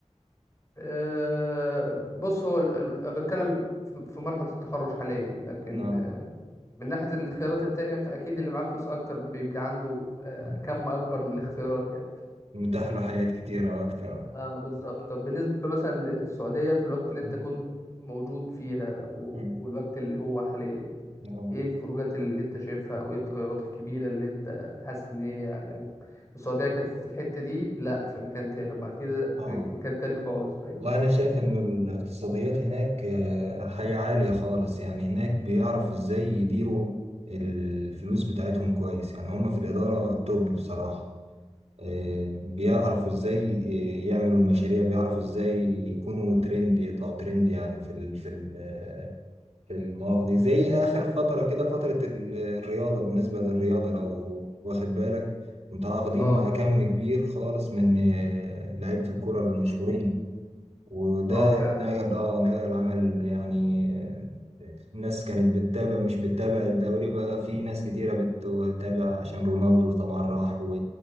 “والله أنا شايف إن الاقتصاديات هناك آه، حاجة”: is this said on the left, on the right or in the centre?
Right